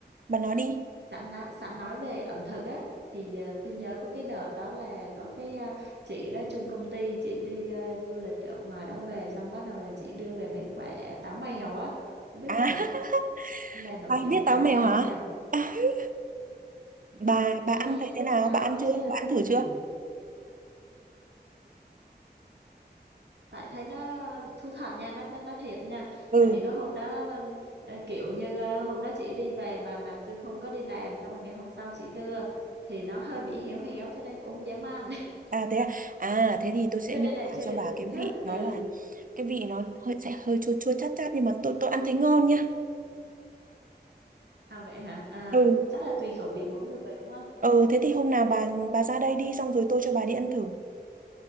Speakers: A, on the right (about 50°); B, on the right (about 80°).
A: bà nói đi.
B: sẵn đã sẵn nói về ẩm thực á thì à, tôi nhớ có cái đợt đó là có cái à, chị đó chung công ty chị đi à, du lịch ở ngoài đó về xong bắt đầu là chị đưa về mấy quả táo mèo á không biết
A: À,
B: là ở trên
A: <laughs>
B: Đan nổi
A: bà
B: tiếng
A: biết
B: với tám
A: táo mèo
B: mèo
A: hả?
B: không nhở?
A: <laughs> bà
B: Ừ,
A: bà ăn thấy thế nào?
B: có
A: Bà ăn chưa?
B: chứ.
A: Bà ăn thử
B: Ừ.
A: chưa?
B: Tại thấy nó thú thật nha, nó nó thiệt nha.
A: Ừ.
B: Tại vì cái hôm đó ờ, kiểu như ờ, hôm đó chị đi về mà mà tôi không có đi làm xong rồi ngày hôm sau chị đưa thì nó hơi bị héo héo cho nên cũng không dám ăn. <laughs>
A: À thế à? À thế thì tôi sẽ
B: Cho
A: miêu
B: nên là
A: tả
B: chưa
A: cho
B: được
A: bà
B: thưởng
A: cái vị
B: thức.
A: nó
B: Ừ.
A: là cái vị nó hơi sẽ hơi chua chua chát chát nhưng mà tôi tôi ăn thấy ngon nha.
B: À vậy hả? À
A: Ừ.
B: chắc là tùy khẩu vị mỗi người đúng không?
A: Ừ thế thì hôm nào bà bà ra đây đi xong rồi tôi cho bà đi ăn thử.